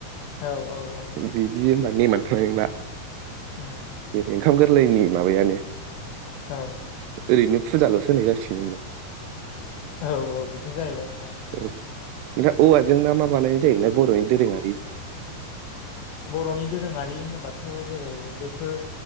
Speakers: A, on the left; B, on the right.
A: औ औ औ
B: बिदि होनबा नेमानो थानाय नोंला।
A: ओम ओम।
B: बे ओंखाम गोरलैनि माबायानो
A: औ।
B: ओरैनो फुजाल'सो होनाय जासिगोन होनबा।
A: औ औ बिदिनो जाहैबाय नोंथां।
B: औ नोंथां औवाजों मा मा बानायनाय जायो बर'नि दोरोङारि।
A: बर'नि दोरोङारि होनोबाथ' जेरै बेफोर